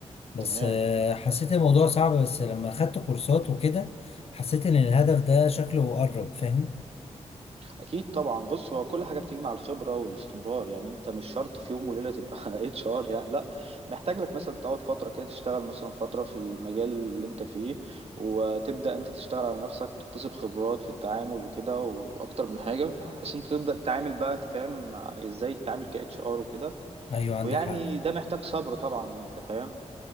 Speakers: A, on the left; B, on the right.
A: بس
B: تمام
A: آه، حسيت الموضوع صعب بس لما اخدت كورسات وكده حسيت ان الهدف ده شكله قرب فاهم
B: اكيد طبعا بص هو كل حاجه بتيجي مع الخبره والاستمرار يعني انت مش شرط في يوم وليله تبقى <laughs> اتش ار يعني لا محتاج لك مثلا تقعد فتره كده تشتغل مثلا فتره في المجال اللي انت فيه وتبدا انت تشتغل على نفسك تكتسب خبرات في التعامل وكده واكتر من حاجه بحيث انت تبدا تتعامل بقى انت فاهم مع ازاي تتعامل كاتش ار وكده
A: ايوه عندك
B: ويعني
A: حق
B: ده محتاج صبر طبعا يعني انت فاهم